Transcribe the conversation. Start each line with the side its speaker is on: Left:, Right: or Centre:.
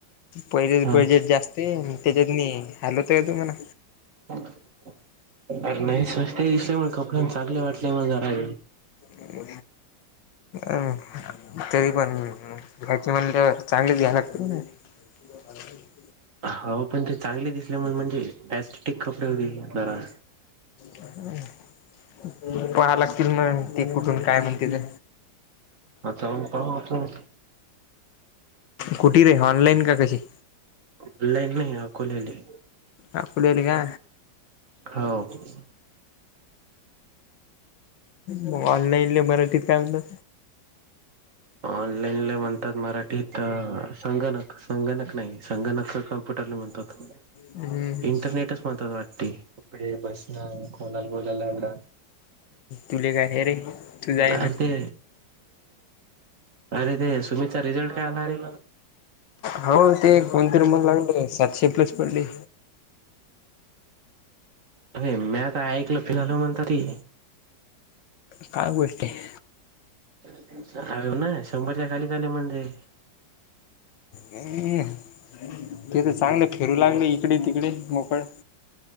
Left: पहिलेच
Right: हा
Left: बजेट जास्त त्याच्यात नाही. हॅलो ते तो म ना.
Right: अरे नाही स्वस्त दिसले मग कपड्यां चांगले वाटले मग जरा.
Left: हो. अ. तरी पण घ्याची म्हणल्यावर चांगलीच घ्यायला लाग. झा.
Right: हो पण ते चांगले दिसले म म्हणजे पॅस्टिटिक कपडे होते जरा
Left: हम. पहा लागतील मग ते कुठून काय म्हणते ते.
Right: जाऊन पाहू आपण
Left: कुटी रेऑलाईन का कशी.
Right: लाईन नाही आ कलेली.
Left: अ पुढल का.
Right: हो
Left: मग ऑनलाईन ल मराठीत काय म्हलं.
Right: ऑनलाईनले म्हणतात मराठी तर संगणक संगणक नाही संगणक कम्प्युटरला म्हणतात. ह.
Left: हम्म
Right: इंटरनेटच महत् वाटते कपडे बसणं कोोनाला बोलायला ला.
Left: तुले काय हे रे तुझं आहे ना
Right: र ते. अरे ते सुमित चा रिझल्ट काय आला रे.
Left: हो ते कोणती रुमला लागलं सातशे प्लस पडली.
Right: अरे मी आता ऐकलं फिनल म्हणत ती.
Left: काय गोष्ट आहे.
Right: अ ना शंभरच्या खाली ले म्हणजे.
Left: आहे ते तर चांगले फिरू लागले इकडे तिकडे मोकळ.